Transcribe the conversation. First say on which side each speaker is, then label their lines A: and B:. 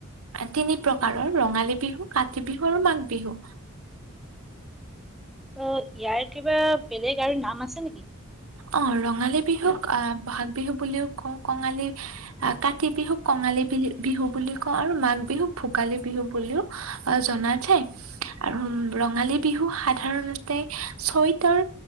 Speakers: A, on the right (about 85°); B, in the centre.
A: তিনি প্ৰকাৰৰ ৰঙালী বিহু, কাতি বিহু, আৰু মাঘ বিহু।
B: অ' ইয়াৰ কিবা বেলেগ আৰু নাম আছে নেকি?
A: অ' ৰঙালী বিহুক আ ব'হাগ বিহু বুলিও কওঁ, কঙালী আ কাতি বিহুক কঙালী বি বিহু বুলি কওঁ আৰু মাঘ বিহুক ভোগালী বিহু বুলিও অ' জনা যায়, আৰু ৰঙালী বিহু সাধাৰণত তে চৈতৰ